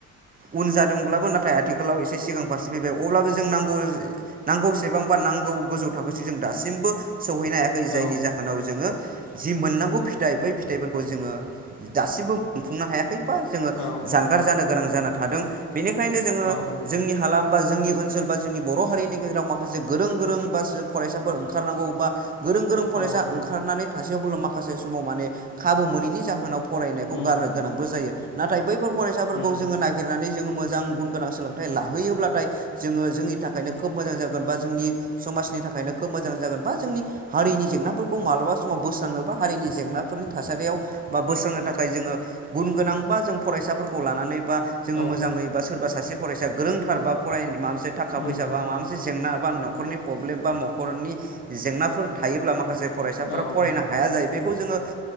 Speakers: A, on the right; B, on the left.
A: उन जादोंब्लाबो नाथाय आथिखालाव एस सिगां फारसे फैबाय अब्लाबो जों नांगौ नांगौसेबांबा नांगौ गोजौ थाखोसिम जों दासिमबो सौहैनो हायाखै जायनि
B: औ
A: जाहोनाव जोङो जि मोननांगौ फिथाइ बै फिथाइफोरखौ जोङो दासिमबो मोनफुंनो हायाखै जोङो
B: औ
A: जानगार
B: औ
A: जानो गोनां जाना थादों बेनिखायनो
B: औ
A: जोङो हालाम बा जोंनि ओनसोल बा जोंनि बर' हारिनि गेजेराव माखासे गोरों गोरों बा फरायसाफोर ओंखारनांगौ बा गोरों गोरों फरायसा
B: औ
A: ओंखारनानै थासेयावब्ला माखासे समाव माने खाबु मोनैनि जाहोनाव फरायनायखौ
B: उम
A: गारनो गोनांबो जायो नाथाय बैफोर फरायसाफोरखौ
B: उम
A: जोङो नागिरनानै जोङो मोजां गुन गोनां सोलों नाथाय लाहोयोब्लाथाय जोङो जोंनि थाखायनो खोब मोजां जागोन बा जोंनि समाजनि थाखायनो खोब मोजां जागोन बा जोंनि हारिनि जेंनाफोरखौ मालाबा समाव बोस्राङनो बा हारिनि जेंनाफोरनि थासारियाव बा बोस्रांनो थाखाय जोङो गुन गोनां बा जों फरायसाफोरखौ लानानै बा जोङो
B: औ
A: मोजाङैबा सोरबा फरायसा गोरोंथार बा फराय माबासे थाखा
B: उम
A: फैसा बा माबा मोनसे जेंना बा न'खरनि प्रब्लेम बा न'खरनि जेंनाफोर थायोब्ला माखासे फरायसाफोरा
B: औ
A: फरायनो हाया जायो। बेखौ जोङो